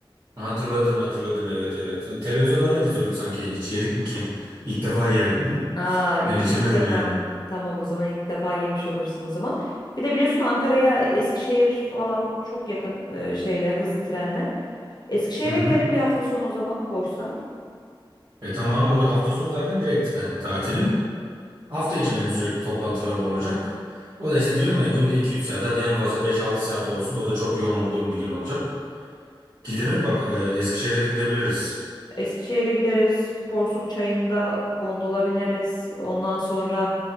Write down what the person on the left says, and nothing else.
Aa, i-
ilk defa.
Tamam o zaman ilk defa yemiş olursun o zaman. Bir de biliyorsun Ankara'ya Eskişehir falan çok yakın e, şeyle hızlı trenle. Eskişehir'e
gidelim bir hafta sonu o zaman boşsan.
Tamam.
Eskişehir'e gideriz. Porsuk Çayı'nda gondola bineriz. Ondan sonra